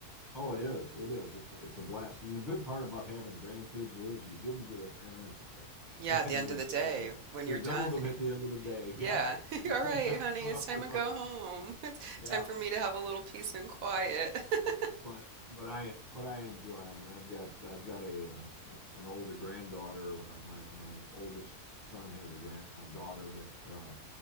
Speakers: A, in the centre; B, on the right.
A: Oh, it is. It is. It's it's a blast. And the good part about having grandkids is you give them to their parents <laughs>
B: Yeah,
A: and
B: at the end
A: you're
B: of the
A: done
B: day
A: with them.
B: when
A: You're
B: you're done.
A: done with them at the end of the day. <laughs> Yeah.
B: Yeah. <laughs>
A: You
B: All
A: don't
B: right,
A: have
B: honey,
A: to put
B: it's
A: up
B: time
A: with
B: to
A: a
B: go home. <laughs> It's
A: yeah,
B: time for me to have a little peace and quiet. <laughs>
A: but but I but I enjoy them and I've got I've got a uh, an, an older granddaughter. Uh, my my oldest son has a grand a daughter that uh